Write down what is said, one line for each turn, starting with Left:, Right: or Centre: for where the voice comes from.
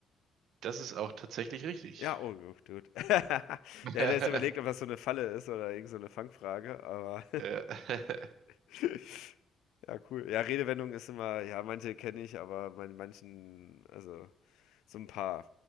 Right: Das ist auch tatsächlich richtig.
Left: Ja, oh gut, gut. <laughs> Ja,
Right: <laughs>
Left: ich hätte jetzt überlegt, ob das so eine Falle ist oder irgend so eine Fangfrage, aber
Right: Äh, <laughs>
Left: <laughs> ja, cool. Ja, Redewendung ist immer ja, manche kenne ich, aber bei manchen also, so ein paar